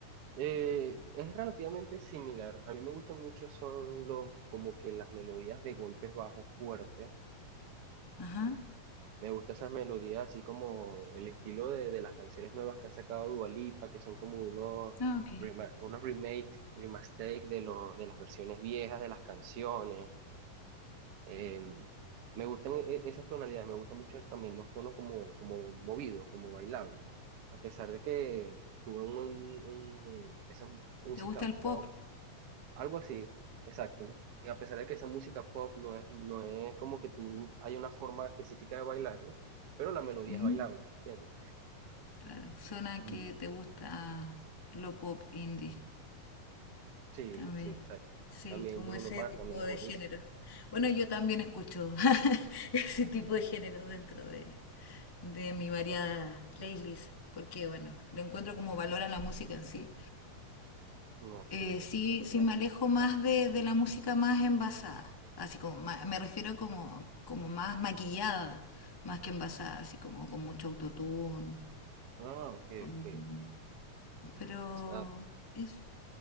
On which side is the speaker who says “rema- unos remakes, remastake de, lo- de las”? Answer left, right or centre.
Right